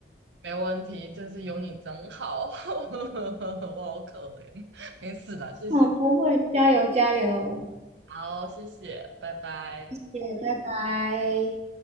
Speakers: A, on the right; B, on the right.
A: 没问题，真是有你真好，<laughs> 我好可怜，没事啦，谢谢，
B: 好不会，加油加油，
A: 好，谢谢，拜拜。
B: 谢谢，拜拜。